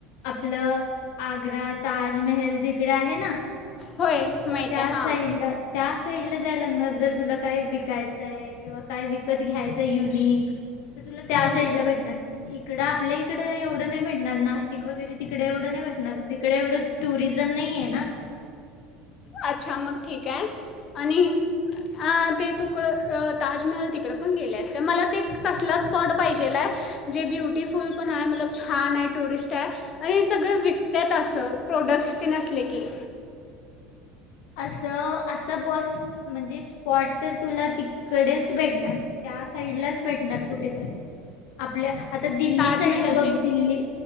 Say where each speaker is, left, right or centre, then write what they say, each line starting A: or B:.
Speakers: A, on the left (about 65°); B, on the left (about 45°).
A: आपलं आग्रा ताजमहल जिकडे आहे ना?
B: होय माहीत
A: त्या
B: आहे
A: साईडला
B: हां
A: त्या फिल्ड ला जाय लागणार जर तुला काय विकायचंय किंवा काय विकत घ्यायचं युनिक तर तुला त्या
B: युनिक
A: साईड ला भेटणार इकडं आपल्या इकड एवढं नाही भेटणार नाशिक वगैरे तिकडे एवढं नाही भेटणार तिकडे एवढं टुरिझम नाहीये ना
B: अच्छा मग ठीक आहे आणि ते तुकडं ताजमहल तिकडं पण गेल्यास का मला ते तसला स्पॉट पाहिजेल आहे जे ब्युटिफुल पण आहे मतलब छान आहे टुरिस्ट आहे आणि सगळें विकत्यात असं प्रोडक्ट्स तेन असले की
A: अस अस बस म्हणजे स्पॉट तर तुला तिकडेच भेटणार त्या साइडलाच भेटणार कुठे तर आपल्या आता दिल्ली
B: ताजमहल
A: साईडला बघ
B: ते
A: दिल्ली